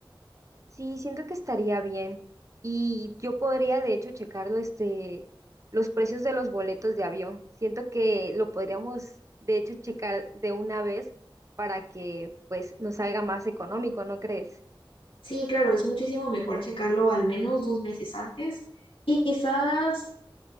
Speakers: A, on the right (about 35°); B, on the left (about 90°).
A: Sí, siento que estaría bien. Y yo podría, de hecho, checarlo, este, los precios de los boletos de avión. Siento que lo podríamos, de hecho, checar de una vez para que, pues, nos salga más económico, ¿no crees?
B: Sí, claro, es muchísimo mejor checarlo al menos dos meses antes. Y quizás